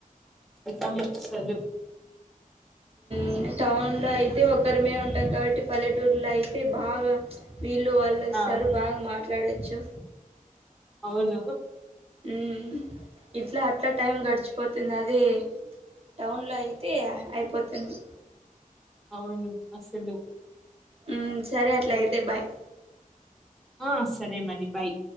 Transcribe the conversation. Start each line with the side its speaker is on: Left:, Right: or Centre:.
Centre: ఎగ్జామ్ ఉంది సదు
Right: మ్ టౌన్లో అయితే ఒకరిమే ఉంటాం కాబట్టి పల్లెటూర్లో అయితే బాగా వీళ్ళు వాళ్ళుస్తారు
Centre: ఆ
Right: బాగా మాట్లాడొచ్చు
Centre: అవును
Right: ఉ మ్ ఇట్లా అట్లా టైం గడిచిపో తుంది అదే టౌన్లో అయితే అయిపోతుంది
Centre: అవును అసలు
Right: మ్ సరే అట్ల
Centre: ఉమ్.
Right: అయితే బాయ్
Centre: ఆ సరే మరి బాయ్